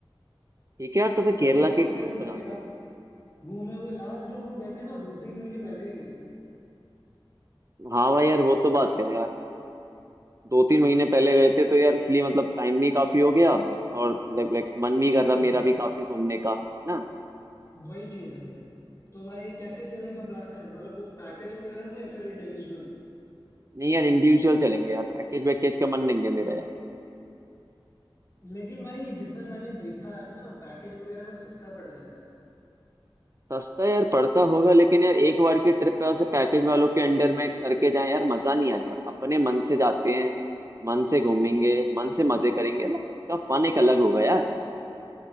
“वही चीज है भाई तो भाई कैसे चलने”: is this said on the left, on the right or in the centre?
Left